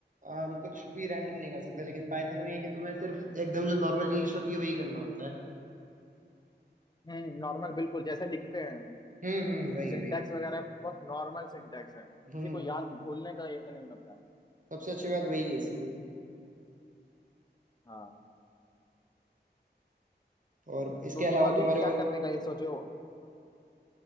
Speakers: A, on the right (about 45°); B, on the left (about 25°).
A: अम, कुछ भी रैंडम नहीं कर सकते लेकिन पाइथन में ये है कि तुम्हें सिर्फ एकदम जो नॉर्मल इंग्लिश होती है वही करना होता है
B: हम्म नॉर्मल बिल्कुल जैसे लिखते हैं
A: हम्म हम्म वही
B: सिंटैक्स
A: वही
B: वगैरह बहुत नॉर्मल सिंटैक्स है किसी
A: हम्म
B: को याद भूलने का ये नहीं होता है
A: सबसे अच्छी बात वही है इसकी
B: हाँ
A: और इसके
B: तो
A: अलावा
B: तुम अभी
A: तुम्हारे
B: क्या
A: और
B: करने का ये सोचे हो